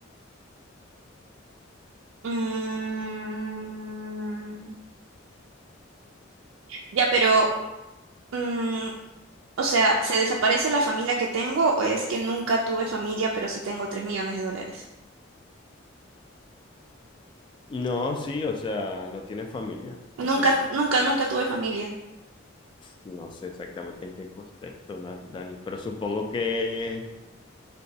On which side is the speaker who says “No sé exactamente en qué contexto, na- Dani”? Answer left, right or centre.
Left